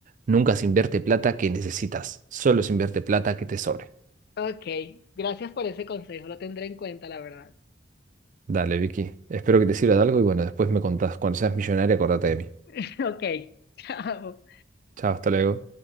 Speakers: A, on the right; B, on the left.
A: nunca se invierte plata que necesitas, solo se invierte plata que te sobre.
B: Ok, gracias por ese consejo, lo tendré en cuenta, la verdad.
A: Dale, Vicky. Espero que te sirva de algo y bueno, después me contás. Cuando seas millonaria, acordate de mí.
B: <laughs> Ok, <laughs> chao.
A: Chao, hasta luego.